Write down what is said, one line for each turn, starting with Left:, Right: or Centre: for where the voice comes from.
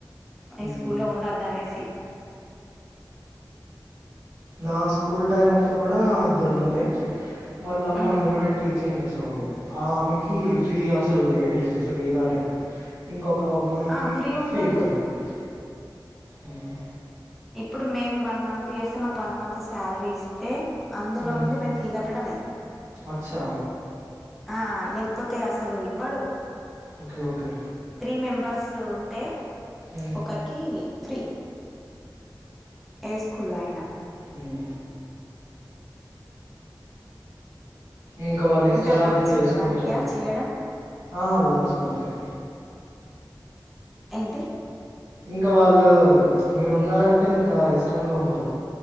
Right: హ్మ్.
Centre: ఈ స్కూల్ లో ఉండదు అనేసి
Right: నా స్కూల్ టైం అప్పుడు కూడా ఇద్దరు ఉండే వాళ్ళ అమ్మ
Centre: ఉమ్
Right: అందులోనే టీచింగ్ చేస్తా ఉండే ఆ ఆమెకి
Centre: ఉమ్
Right: ఫీ అసలు లే లేదు ఫ్రీగానే ఇంకొక అమ్మాయికి
Centre: ఆ ఫ్రీ ఉండదు
Right: ఫీ కడుతుంది మ్మ్
Centre: ఇప్పుడు మేం వన్ మంత్ చేస్తున్న మాకు వన్ మంత్ శాలరీ ఇస్తే అందులో
Right: హ్మ్.
Centre: నుండి మేము ఫీ కట్టడమే
Right: అచ్చా
Centre: ఆ లేకపోతే అసలు ఇవ్వడు
Right: okay okay
Centre: three members ఉంటే
Right: ఉమ్.
Centre: ఒకరికి ఫ్రీ ఏ స్ కుల్ అయినా
Right: మ్మ్ ఇంకా వాళ్ళు ఇష్టారాజ్యం
Centre: ఇంకా లంచ్
Right: చేసుకుంటారు
Centre: వన్కా చేయడం
Right: ఆ లంచ్ మనకే
Centre: ఏంటి
Right: ఇంకా వాళ్ళు మీరు ఉన్నారంటే ఇంకా ఇష్టంగా ఉంటారు